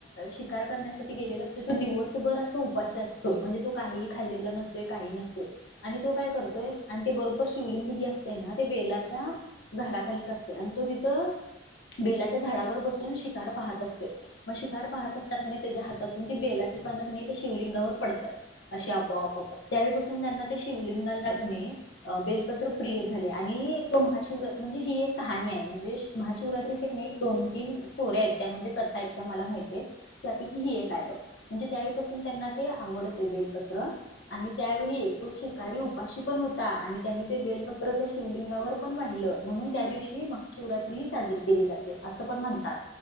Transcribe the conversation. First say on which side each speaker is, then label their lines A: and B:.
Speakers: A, on the left (about 65°); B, on the right (about 60°).
A: शिकार करण्यासाठी गेलेला असतो तो दिवसभर अस उपााशी अस होय म्हणजे तो काही खाल्लेला नसतोय काही नसतोय. आणि तो काय करतोय आणि ते बरोबर शिवलिंग जे असतयं ना ते बेलाच्या- - झाडाखालीच असतयं आणि तो तिथं बेलाच्या झाडावर बसु <unintelligible> शिकार पाहत असतोयं. पण शिकार
B: बर
A: पाहत -- असताना त्याच्या हातातून ती बेलाची पाना शिवलिंगावर पडत्यात अशी
B: हा
A: आपोआप त्यावेळीपासून त्यांना ते शिवलिंगाना कनी बेलपत्र प्रिय झाले आणि महाशिवरात म्हणजे ही एक कहाणी आहे म्हणजे. महाशिवरात्रीचे
B: हा
A: कनी दोन तीन स्टोऱ्या आहेत त्या म्हणजे कथा आहेत त्या मला माहिती हाईत. त्यापैकी ही एक आहे बघ म्हणजे त्यावेळीपासून त्यांना ते आवडते बेलपत्र. आणि त्यावेळी तो शिकारी उपाशी पण हो -- ता आणि त्यांनी ते बेलपत्र त्या शिवलिंगावर पण वाहिलं म्हणून त्या
B: हम्म
A: दिवशी महाशिवरात्री साजरी केली जाते असं पण म्हणतात